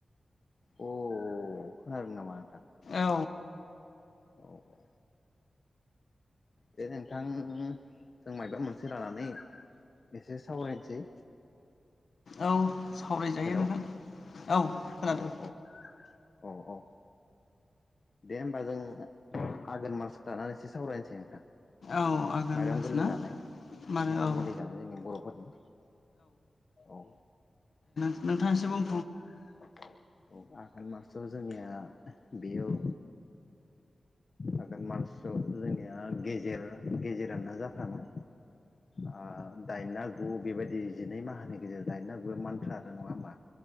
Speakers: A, on the left; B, on the left.
A: अ औ खोनादों नामा नोंथां?
B: औ
A: औ औ दे नोंथां जों मायबा मोनसे लानानै एसे सावरायनोसै।
B: औ सावरायजायो
A: हेलौ
B: नोंथां औ खोनादों।
A: औ औ औ औ दे होमबा जों आघोन मानास लानानै एसे सावरायनोसै नोंथां।
B: औ आघोन
A: माइरं
B: मास
A: गोरलै
B: ना
A: जानाय
B: मानो
A: माइरं
B: औ
A: गोरलै जानाय जोंनि बर'फोरनि औ।
B: नोंथां एसे बुं।
A: <unintelligible> आगोन मासआव जोंनिया बेयाव। आघोन मार्चआव जोंनिया गेजेर गेजेरानो जाफ्रामोन ओ दाइना गु बेबायदि जिनै माहानि गेजेराव दाइना गुआ मानथ्रा आरो नङा होमबा।